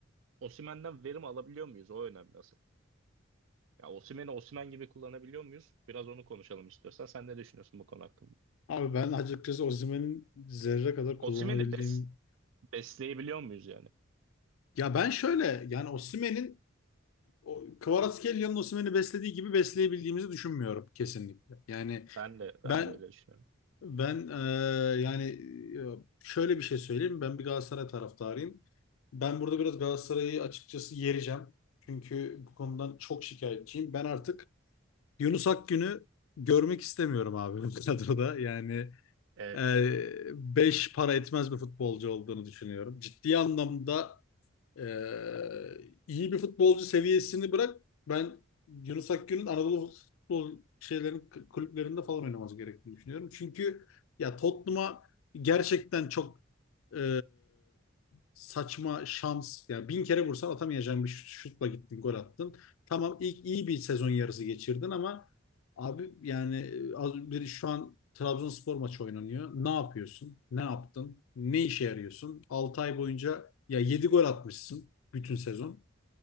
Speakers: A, on the right; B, on the left.
A: Osimhen'den verim alabiliyor muyuz? O önemli asıl. Ya Osimhen'i Osimhen gibi kullanabiliyor muyuz? Biraz onu konuşalım istiyorsan. Sen ne düşünüyorsun bu konu hakkında?
B: Abi ben açıkçası Osimhen'in zerre kadar kullanabildiğim
A: Osimhen'i bes besleyebiliyor muyuz yani?
B: ya ben şöyle yani Osimhen'in o Kvaratskhelia'nın Osimhen'i beslediği gibi besleyebildiğimizi düşünmüyorum kesinlikle. Yani
A: Ben de
B: ben
A: ben de öyle düşünüyorum.
B: ben e, yani e, şöyle bir şey söyleyeyim. Ben bir Galatasaray taraftarıyım. Ben burada biraz Galatasaray'ı açıkçası yereceğim. Çünkü bu konudan çok şikayetçiyim. Ben artık Yunus Akgün'ü görmek istemiyorum abi bu <laughs> kadroda. Yani
A: Evet.
B: e, beş para etmez bir futbolcu olduğunu düşünüyorum. Ciddi anlamda ee, iyi bir futbolcu seviyesini bırak. Ben Yunus Akgün'ün Anadolu futbol şeylerin kulüplerinde falan oynaması gerektiğini düşünüyorum. Çünkü ya Tottenham'a gerçekten çok e, saçma şans. yani bin kere vursan atamayacağın bir şutla gittin, gol attın. Tamam ilk iyi bir sezon yarısı geçirdin ama abi yani e, az bir şu an Trabzonspor maçı oynanıyor. Ne yapıyorsun? Ne yaptın? Ne işe yarıyorsun? 6 ay boyunca ya 7 gol atmışsın bütün sezon.